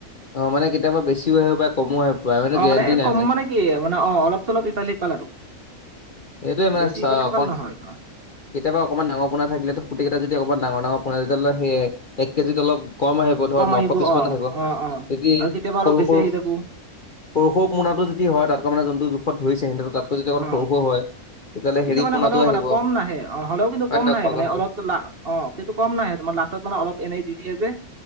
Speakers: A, on the left (about 40°); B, on the right (about 45°).
A: অ মানে কেতিয়াবা বেছিও আহিব পাৰে কমো আহিব পাৰে
B: অ
A: গেৰেণ্টি
B: মানে
A: নাই
B: কম মানে কি মানে অ অলপ চলপ ইফাল সিফাল আৰু
A: এইটো মান
B: বেছি
A: চাহ
B: ইফাল সিফাল
A: অকন
B: নহয় অ।
A: কেতিয়াবা অকমান ডাঙৰ পোনা থাকিলে ত খোতিকেইটা যদি অকণমান ডাঙৰ ডাঙৰ পোনা যেতিয়া লয় সেইয়াই এক কেজিত অলপ কম আহিব ধৰ
B: কম
A: নশ
B: আহিব
A: পিছ
B: অ
A: মান আহিব
B: অ অ
A: তিতি
B: আৰু কেতিয়াবা অলপ
A: সৰু
B: বেছি
A: সৰু
B: আহি যাব
A: সৰু সৰু পোনাটো যদি হয় তাতকে মানে যুনটো জোখত ধৰিছে সিহঁহ তাতকৈ যদি অকন
B: অ
A: সৰু সৰু হয়। তেতিয়াহ'লে
B: কিন্তু
A: হেৰি
B: মানে
A: পোনাটো
B: হ'লেও
A: আহিব
B: মানে
A: হয়
B: কম নাহে অ হ'লেও কিন্তু
A: নে
B: কম
A: নহয়
B: নাহে
A: কোৱা
B: মানে
A: কথাটো
B: অলপ টোলা অ কিন্তু কম নাহে তোমাৰ লাষ্টত মানে অলপ এনেই দি দিয়ে যে